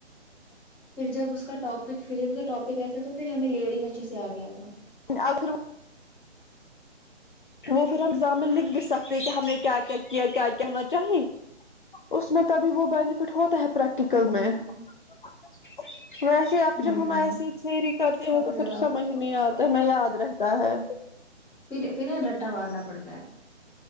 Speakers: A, in the centre; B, on the left.
A: پھر جب اس کا ٹاپک پھر جب اس کا ٹاپک آیا تھا تو پھر ہمیں لیئرنگ اچھے سے آ گیا تھا
B: اگر وہ پھر ہمزامع لکھ بھی سکتے کہ ہم نے کیا کیا کیا کیا کیا ہونا چاہی اس میں تبھی وہ بینیفٹ ہوتا ہے پریکٹیکل
A: ہ
B: میں جی ویسے آپ
A: ہ
B: جب ہم ایسی تھیری کرتے ہو
A: کافی
B: تو
A: زیادہ
B: پھر سمجھ نہیں آتا ہے میں یاد رہتا تا ہے
A: پھر پھر سوارنا پڑتا ہے